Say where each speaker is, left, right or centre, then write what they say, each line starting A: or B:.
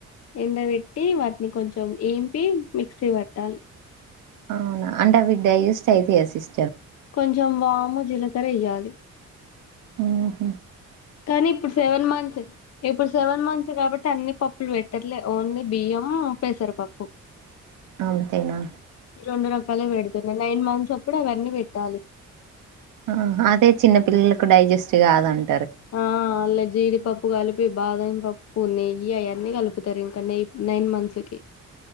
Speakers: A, on the left (about 55°); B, on the right (about 80°).
A: ఎండ పెట్టి వాటిని కొంచెం ఏంపి మిక్సీ పట్టాలి.
B: అవునా అంటె అవి డైజెస్ట్ అయితయా సిస్
A: కొంచెం వాము జీలకర్ర ఎయ్యాలి.
B: ఉమ్.
A: కానీ ఇప్పుడు సెవెన్ మంత్స్ ఇప్పుడు సెవెన్ మంత్స్. కాబట్టి అన్ని పప్పులు పెట్టట్లే ఓన్లీ బియ్యం పెసరు పప్పు.
B: అంతేనా.
A: రెండు రకాలవి పెడుతున్నారు నైన్ మంత్స్ అప్పుడు అవన్నీ పెట్టాలి.
B: ఆహా అదే చిన్న పిల్లలకు డైజెస్ట్ కాదాండి.
A: ఆహ్ అండ్ల జీడిపప్పు కలిపి బాదం పప్పు. పూ నెయ్యి అయన్నీ కలుపుతారు ఇంకా నైన్ మంత్స్ కి.